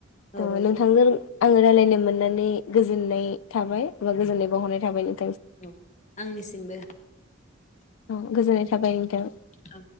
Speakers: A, on the left; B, on the left.
A: औ
B: थ' नोंथांजों आङो रायलायनो मोननानै गोजोननाय थाबाय बा गोजोननाय बावहरनाय थाबाय नों
A: औ आंनिसिमबो
B: औ गोजोननाय थाबाय नोंथां
A: औ